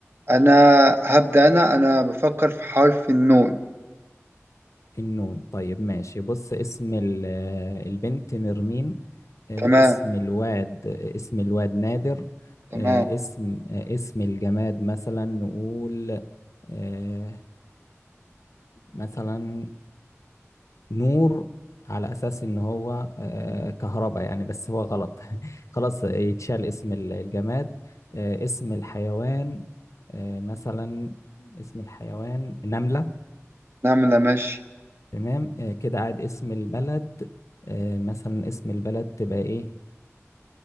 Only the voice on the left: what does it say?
النون طيب ماشي بص اسم ال- آه، البنت نرمين آه،
اسم الواد آه، اسم الواد نادر
آه، اسم آه، اسم الجماد مثلا نقول آه، مثلا نور على اساس ان هو آه، كهرباء يعني بس هو غلط <laughs> خلاص يتشال اسم ال- الجماد آه، اسم الحيوان آه، مثلا اسم الحيوان نملة
تمام آه، كده قاعد اسم البلد آه، مثلا اسم البلد تبقى ايه